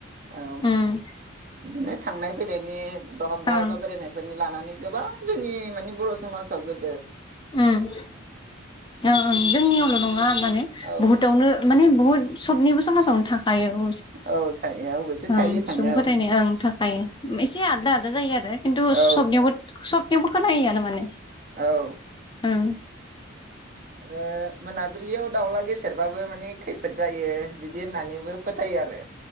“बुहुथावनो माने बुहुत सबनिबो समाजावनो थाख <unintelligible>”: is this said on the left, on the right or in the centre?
Left